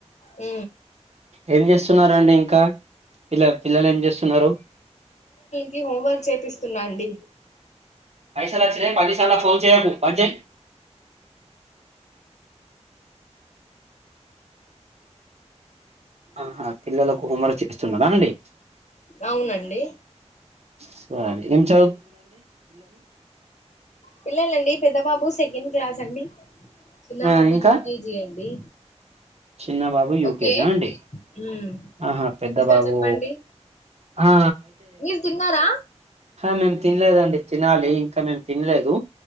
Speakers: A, on the left; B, on the right.
A: ఊ
B: ఏం జేస్తున్నారండి ఇంకా పిల్ల పిల్లలు ఏం చేస్తున్నారు.
A: కి హోంవర్క్ చేపిస్తున్నా అండి
B: పైస క్షర పదిసల ఫోన్ చేయకు అజే ఆహా పిల్లలకు హోంవర్క్ చేయిస్తున్నడా అండి
A: అవునండి
B: సరే ఏం చ
A: పిల్లలండి పెద్ద బాబు సెకెన్ క్లాస్ అండి చిన్న
B: ఆ
A: బాబు
B: ఇంకా
A: యూ కే జి అండి
B: చిన్న బాబు యూ
A: ఓకే
B: కే జ అండి
A: ఉమ్
B: ఆహా పెద్ద
A: ఇంకా
B: బాబు
A: చెప్పండి
B: ఆ
A: మీరు తిన్నారా
B: హ మేం తిన్లేదండి తినాలి ఇంకా మేం తిన్లేదు